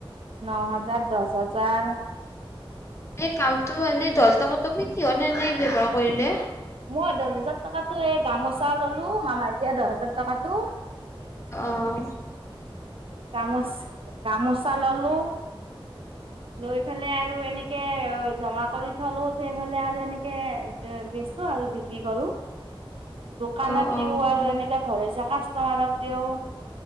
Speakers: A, on the right; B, on the left.
A: ন হাজাৰ দছ হাজাৰ।
B: এই কামটো এনে দহ হাজাৰ টকাটো তুমি কিহত কাৰণে ব্যৱহাৰ কৰিলে?
A: মই দছ হাজাৰ টকাটো এই গামোচা ললো মামাই দিয়া দহ হাজাৰ টকাটো।
B: অহ।
A: গামোচ গামোচা ললো। লৈ ফেলাই আৰু এনেকে জমা কৰি থলো, সেইফালে আৰু এনেকে এ বেচো আৰু বিক্ৰী কৰো, দোকানত
B: অ
A: দিও আৰু
B: অ
A: এনে এতিয়া ঘৰছিয়া কাষ্টমাৰক দিও,